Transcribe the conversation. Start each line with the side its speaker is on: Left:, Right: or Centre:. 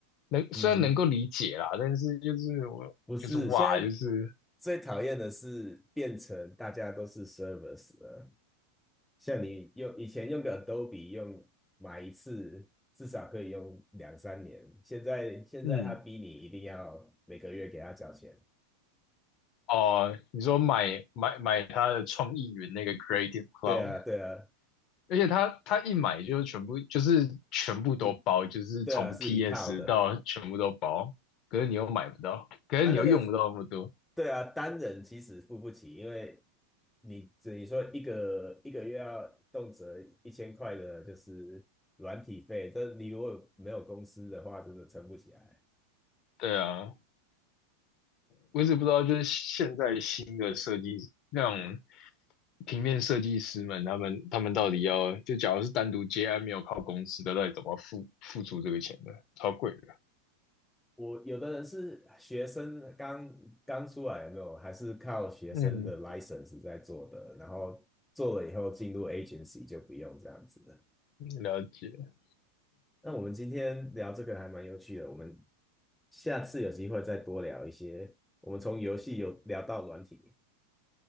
Left: 能虽然能够理解啦，
Centre: 嗯，
Left: 但是就是我就是哇，
Centre: 不是，现在
Left: 就是
Centre: 最讨厌的是变成大家都是 service 了。像你用以前用个 Adobe 用买一次，至少可以用两三年，现在现在他逼你一定要每个月给他缴钱。
Left: 嗯哦，你说买买买他的创意云那个 Creative Cloud，
Centre: 对啊，对啊，
Left: 而且他他一买就全部就是全部都包，
Centre: 一
Left: 就是从
Centre: 对啊，是一套的。
Left: PS 到全部都包。可是你又买不到，可是你又用不到那么多。
Centre: 啊，那个对啊，单人其实付不起，因为你只你说一个一个月要动辄一千块的，就是软体费，这你如果没有公司的话，真的撑不起来。
Left: 对啊，我只不知道就是现在新的设计那种平面设计师们，他们他们到底要就假如是单独接案没有靠公司的，到底怎么付付出这个钱呢？超贵的。
Centre: 我有的人是学生刚刚出来，有没有？还是靠学生的
Left: 嗯，
Centre: license 在做的，然后做了以后进入 agency 就不用这样子。
Left: 了解。
Centre: 那我们今天聊这个还蛮有趣的，我们下次有机会再多聊一些。我们从游戏有聊到软体。